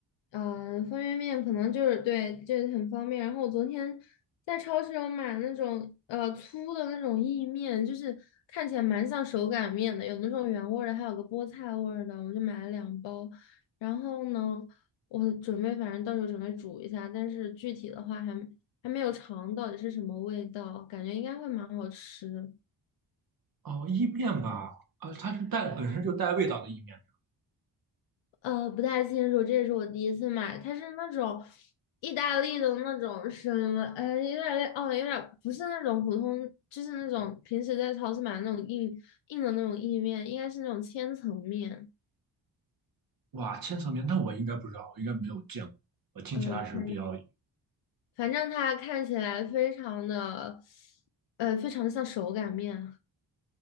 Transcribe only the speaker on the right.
<laughs> 哦，意面吧，啊，它是带本身就带味道的意面。
哇，千层面，那我应该不知道，我应该没有见过。我听起来是比较